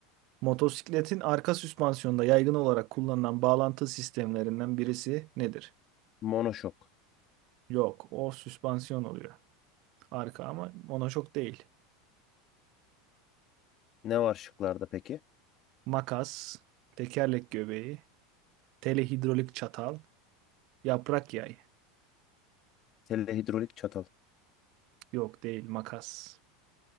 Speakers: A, on the right (about 50°); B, on the left (about 40°).
A: Motosikletin arka süspansiyonda yaygın olarak kullanılan bağlantı sistemlerinden birisi nedir?
B: Monoşok.
A: Yok, o süspansiyon oluyor. Arka ama ona çok değil.
B: Ne var şıklarda peki?
A: makas, tekerlek göbeği, telehidrolik çatal, yaprak yay.
B: Telehidrolik çatal.
A: Yok değil makas.